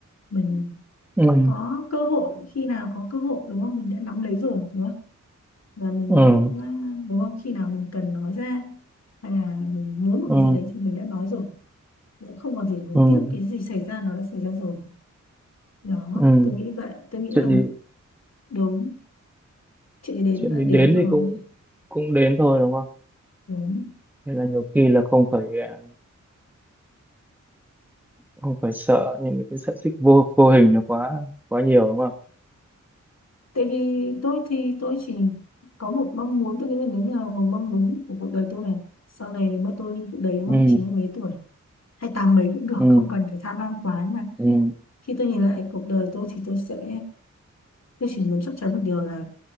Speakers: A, on the left (about 60°); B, in the centre.
A: mình
B: ừ
A: có cơ hội khi nào có cơ hội đúng không mình đã nắm lấy rồi đúng không và mình
B: ừ
A: đã đúng không khi nào mình cần nói ra hay là mình muốn một
B: ừ
A: cái gì đấy thì mình đã nói rồi không còn gì hối
B: ừ
A: tiếc cái gì xảy ra nó đã xảy ra rồi đó
B: ừ
A: tôi nghĩ vậy tôi nghĩ
B: chuyện
A: là
B: gì
A: đúng chị thì đến
B: chuyện
A: đã
B: gì
A: đến
B: đến
A: rồi
B: thì cũng cũng đến thôi đúng không
A: đúng
B: nên là nhiều khi là không phải à, không phải sợ những cái sợi xích vô vô hình nó quá quá nhiều đúng không
A: tại vì tôi thì tôi chỉ có một mong muốn tôi nghĩ là nếu là một mong muốn của cuộc đời tôi này sau này nếu mà tôi như cụ đấy đúng
B: ừ
A: không chín mươi mấy tuổi hay tám mấy cũng được
B: ừ
A: không cần phải tham lam quá nhưng mà
B: ừ
A: khi tôi nhìn lại cuộc đời tôi thì tôi sẽ tôi chỉ muốn chắc chắn một điều là